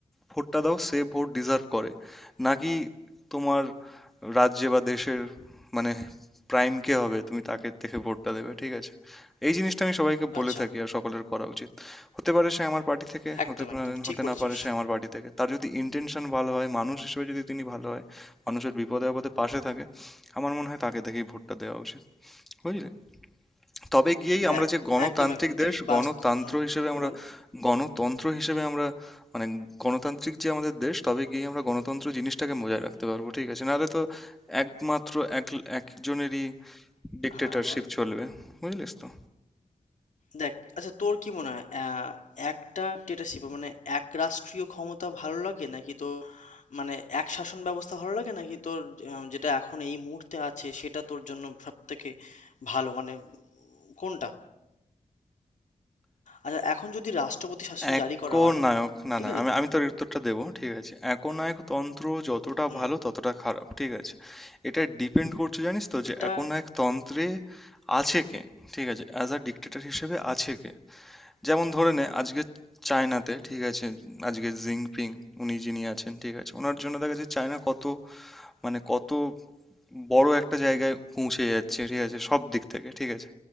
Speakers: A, in the centre; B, on the left.
A: ভোটটা দাও সে ভোট ডিজার্ভ করে নাকি তোমার রাজ্যে বা দেশের মানে প্রাইম কে হবে তুমি তাকে থেকে ভোটটা দেবে ঠিক আছে এই জিনিসটা আমি সবাইকে বলে
B: আচ্ছা
A: থাকি আর সকলের করা উচিত হতে পারে সে আমার পার্টি থেকে
B: একদম
A: হতে পারে
B: একদম ঠিক
A: হতে
B: বলেছিস
A: না পারে সে আমার পার্টি থেকে তার যদি ইন্টেনশন ভালো হয় মানুষ হিসেবে যদি তিনি ভালো হয় মানুষের বিপদে আপদে পাশে থাকে আমার মনে হয় তাকে দেখেই ভোটটা দেওয়া উচিত বুঝলে তবে গিয়েই
B: দেখ
A: আমরা যে গণতান্ত্রিক
B: একদম একদম তুই
A: দেশ
B: বাস
A: গণতন্ত্র
B: হুম
A: হিসেবে আমরা
B: বল
A: গণতন্ত্র হিসেবে আমরা মানে গণতান্ত্রিক যে আমাদের দেশ তবে গিয়ে আমরা গণতন্ত্র জিনিসটাকে বজায় রাখতে পারবো ঠিক আছে নাহলে তো একমাত্র এক একজনেরই ডিক্টেটরশিপ
B: হ্যাঁ বল
A: চলবে বুঝলিস তো
B: দেখ আচ্ছা তোর কি মনে হয় আহ, একটা ডিক্টেটরশিপ মানে এক রাষ্ট্রীয় ক্ষমতা ভালো লাগে নাকি তোর মানে এক শাসন ব্যবস্থা ভালো লাগে নাকি তোর আহ, যেটা এখন এই মুহূর্তে আছে সেটা তোর জন্য সব থেকে ভালো মানে কোনটা আচ্ছা এখন যদি রাষ্ট্রপতি শাসন
A: একনায়ক
B: জারি করা হয়
A: না
B: ঠিক
A: না
B: আছে
A: আমি আমি তোর এই উত্তরটা দেবো ঠিক আছে একনায়ক তন্ত্র যতটা
B: হুম
A: ভালো ততটা খারাপ ঠিক আছে এটা ডিপেন্ড করছে জানিস তো যে
B: একটা
A: একনায়ক তন্ত্রে আছে কে ঠিক আছে অ্যাজ আ ডিক্টেটর হিসেবে আছে কে যেমন ধরে নে আজকে চায়নাতে ঠিক আছে আজকে জিনপিং উনি যিনি আছেন ঠিক আছে ওনার জন্য দেখা যাচ্ছে চায়না কত মানে কত বড় একটা জায়গায় পৌঁছে যাচ্ছে ঠিক আছে সব দিক থেকে ঠিক আছে